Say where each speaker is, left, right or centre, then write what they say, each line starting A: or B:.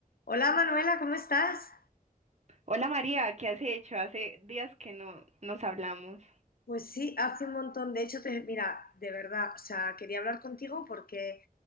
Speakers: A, on the left; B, on the right.
A: Hola Manuela, ¿cómo estás?
B: Hola María, ¿qué has hecho? Hace días que no nos hablamos.
A: Pues sí, hace un montón. De hecho, te, mira, de verdad, o sea, quería hablar contigo porque